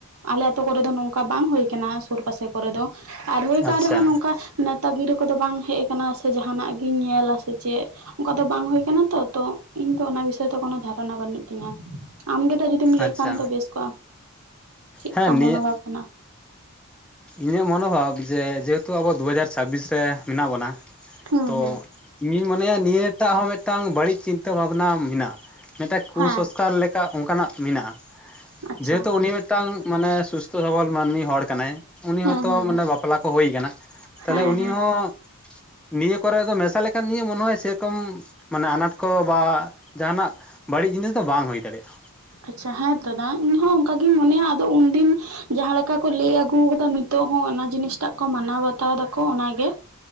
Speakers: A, on the right; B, in the centre.
A: ᱟᱞᱮ ᱟᱛᱳ ᱠᱚᱨᱮ ᱫᱚ ᱱᱚᱝᱠᱟ ᱵᱟᱝ ᱦᱩᱭ ᱠᱟᱱᱟ ᱥᱩᱨ ᱯᱟᱥᱮᱠ ᱠᱚᱨᱮ ᱫᱚ ᱟᱨ ᱦᱩᱭ ᱠᱟᱱ
B: ᱟᱪᱪᱷᱟ
A: ᱨᱮᱦᱚᱸ ᱱᱚᱝᱠᱟ ᱱᱮᱣᱛᱟ ᱜᱤᱨᱟᱹ ᱠᱚᱫᱚ ᱵᱟᱝ ᱦᱮᱡ ᱠᱟᱱᱟ ᱥᱮ ᱡᱟᱸᱦᱟᱱᱟᱜ ᱤᱧ ᱧᱮᱞᱟ ᱥᱮ ᱪᱮᱫ ᱚᱱᱠᱟ ᱫᱚ ᱵᱟᱝ ᱦᱩᱭ ᱠᱟᱱᱟ ᱛᱚ ᱛᱚ ᱤᱧ ᱫᱚ ᱚᱱᱟ ᱵᱤᱥᱚᱭ ᱛᱮ ᱠᱳᱱᱳ ᱫᱷᱟᱨᱚᱱᱟ ᱵᱟᱹᱱᱩᱜ ᱛᱤᱧᱟᱹ ᱟᱢ ᱜᱮ ᱫᱟ ᱡᱩᱫᱤᱢ ᱞᱟᱹᱭ
B: ᱟᱪᱪᱷᱟ
A: ᱠᱷᱟᱱ ᱫᱚ ᱵᱮᱥ ᱠᱚᱜᱼᱟ ᱪᱮᱫᱠᱟᱢ
B: ᱦᱮᱸ ᱱᱤᱭᱟᱹ
A: ᱢᱚᱱᱚ ᱵᱷᱟᱵ ᱠᱟᱱᱟ
B: ᱤᱧᱟᱹᱜ ᱢᱚᱱᱳᱵᱷᱟᱵᱽ ᱡᱮ ᱡᱮᱦᱮᱛᱩ ᱟᱵᱚ ᱫᱩ ᱦᱟᱡᱟᱨ ᱪᱷᱟᱵᱵᱤᱥ ᱨᱮ ᱢᱮᱱᱟᱜ ᱵᱚᱱᱟ
A: ᱦᱩᱸ
B: ᱛᱚ
A: ᱦᱩᱸ
B: ᱤᱧᱤᱧ ᱢᱚᱱᱮᱭᱟ ᱱᱤᱭᱟᱹ ᱴᱟᱜ ᱦᱚᱸ ᱢᱤᱫᱴᱟᱝ ᱵᱟᱹᱲᱤᱡ ᱪᱤᱱᱛᱟᱹ ᱵᱷᱟᱵᱱᱟ ᱢᱮᱱᱟᱜᱼᱟ ᱢᱤᱫᱴᱟᱡ ᱠᱩ-ᱥᱚᱝᱥᱠᱟᱨ
A: ᱦᱮᱸ
B: ᱞᱮᱠᱟ ᱚᱱᱠᱟᱱᱟᱜ ᱢᱮᱱᱟᱜᱼᱟ
A: ᱟᱪᱪᱷᱟ
B: ᱡᱮᱦᱮᱛᱩ ᱩᱱᱤ ᱦᱚᱸ ᱢᱤᱫᱴᱟᱝ ᱢᱟᱱᱮ ᱥᱩᱥᱛᱷᱚ ᱥᱚᱵᱚᱞ ᱢᱟᱹᱱᱢᱤ ᱦᱚᱲ ᱠᱟᱱᱟᱭ ᱩᱱᱤ
A: ᱦᱩᱸ
B: ᱦᱚᱸᱛᱚ
A: ᱦᱩᱸ
B: ᱢᱟᱱᱮ
A: ᱦᱩᱸ
B: ᱵᱟᱯᱞᱟ ᱠᱚ ᱦᱩᱭ ᱠᱟᱱᱟ ᱛᱟᱞᱦᱮ
A: ᱦᱮᱸ
B: ᱩᱱᱤ
A: ᱦᱮᱸ
B: ᱦᱚᱸ ᱱᱤᱭᱟᱹ ᱠᱚᱨᱮ ᱫᱚ ᱢᱮᱥᱟ ᱞᱮᱠᱷᱟᱱ ᱱᱤᱭᱟᱹ ᱢᱚᱱᱮ ᱦᱚᱭ ᱥᱮ ᱨᱚᱠᱚᱢ ᱢᱟᱱᱮ ᱟᱱᱟᱴ ᱠᱚ ᱵᱟ ᱡᱟᱸᱦᱟᱱᱟᱜ ᱵᱟᱹᱲᱤᱡ ᱡᱤᱱᱤᱥ ᱫᱚ ᱵᱟᱝ ᱦᱩᱭ ᱫᱟᱲᱮᱭᱟᱜᱼᱟ
A: ᱟᱪᱪᱷᱟ ᱦᱮᱸ ᱛᱚ ᱫᱟ ᱤᱧᱦᱚᱸ ᱚᱱᱠᱟ ᱜᱤᱧ ᱢᱚᱱᱮᱭᱟ ᱟᱫᱚ ᱩᱱᱫᱤᱱ ᱡᱟᱦᱟᱸ ᱞᱮᱠᱟ ᱠᱚ ᱞᱟᱹᱭ ᱟᱹᱜᱩ ᱠᱟᱫᱟ ᱱᱤᱛᱚᱜ ᱦᱚᱸ ᱚᱱᱟ ᱡᱤᱱᱤᱥᱴᱟᱜ ᱠᱚ ᱢᱟᱱᱟᱣ ᱵᱟᱛᱟᱣ ᱫᱟᱠᱚ ᱚᱱᱟ ᱜᱮ